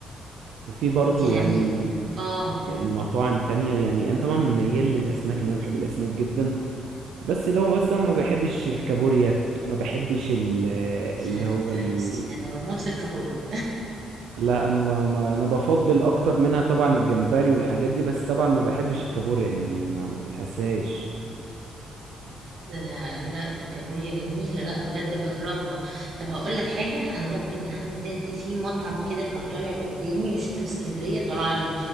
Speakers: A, on the right (about 85°); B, on the right (about 50°).
A: وفي برضو
B: يعني
A: يعني
B: آه
A: يعني مطاعم تانية يعني انا طبعا ميال للاسماك ان انا بحب الاسماك جدا بس اللي هو بس انا ما بحبش الكابوريا ما بحبش ال-
B: لا
A: اللي هو
B: ده
A: ال...
B: عكسي ده أنا بموت في الكابوريا
A: لا انا ما, ما انا بفضل اكتر منها طبعا الجمبري والحاجات دي بس طبعا ما بحبش الكابوريا يعني ما, ما بتحسهاش
B: لا لا ده الكابوريا جميلة لا بجد جربها طب هقول لك حاجة أنا ممكن عندي في مطعم كده كان طالع قدامي مش في اسكندرية طلع لي